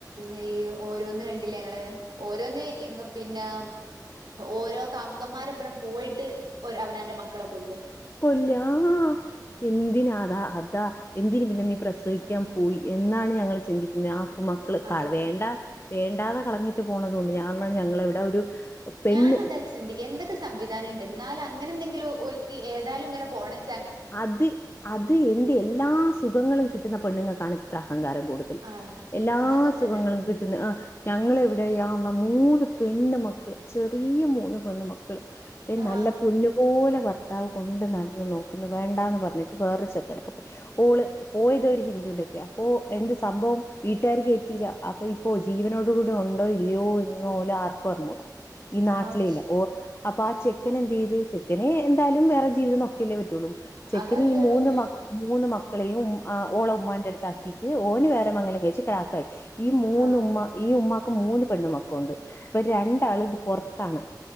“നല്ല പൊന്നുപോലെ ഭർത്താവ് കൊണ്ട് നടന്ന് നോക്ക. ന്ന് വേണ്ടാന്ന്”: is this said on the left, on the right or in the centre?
Left